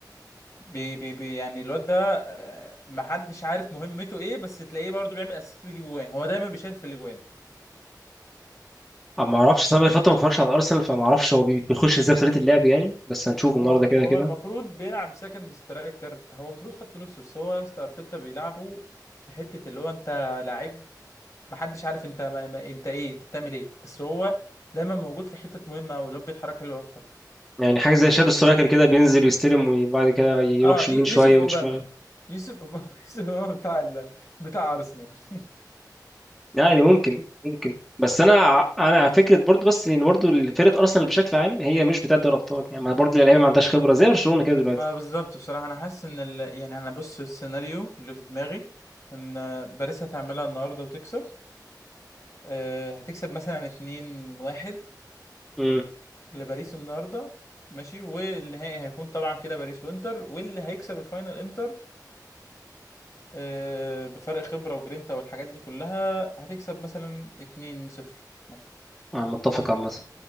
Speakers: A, on the left; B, in the centre.
A: بي بي بي يعني الواد ده آه، محدش عارف مهمته ايه بس تلاقيه برضو بيعمل اسيست ويجيب جوان هو دايما بيشارك في الاجوان
B: أما ما اعرفش أصل انا بقالي فترة ما اتفرجش على الارسنال فما اعرفش هو بي- بيخش ازاي في طريقة اللعب يعني بس هنشوف
A: هو
B: النهارده كده
A: هو
B: كده
A: المفروض بيلعب سكند سترايكر هو المفروض خط نص بس هو يا اسطى ارتيتا بيلعبه في حته اللي هو انت لعيب محدش عارف انت ما ما انت ايه انت بتعمل ايه بس هو دايما موجود في حتت مهمه قوي اللي هو بيتحرك حلو قوي بصراحه
B: يعني حاجة زي شادو سترايكر كده بينزل ويستلم وبعد كده يروح
A: اه ي-
B: يمين شوية
A: يوسف
B: ومن
A: اوباما
B: شمال
A: يوسف اوباما <laughs> يوسف اوباما بتاع ال... بتاع ارسنال <laughs>
B: يعني ممكن ممكن بس انا انا على فكرة برضو بس ان برضو فرقة ارسنال بشكل عام هي مش بتاعة دوري ابطال يعني ما برضو اللعيبة ما عندهاش خبرة زي برشلونة كده دلوقتي
A: ما بالظبط بصراحه انا حاسس ان ال... يعني انا بص السيناريو اللي في دماغي ان باريس هتعملها النهارده وتكسب أه هتكسب مثلا 2-1
B: امم
A: لباريس النهارده ماشي والنهائي هيكون طبعا كده باريس وانتر واللي هيكسب الفاينل انتر آه، بفرق خبرة وجرينتا والحاجات دي كلها هتكسب مثلا 2-0 مثلا
B: انا
A: او
B: متفق
A: 2-1
B: عامة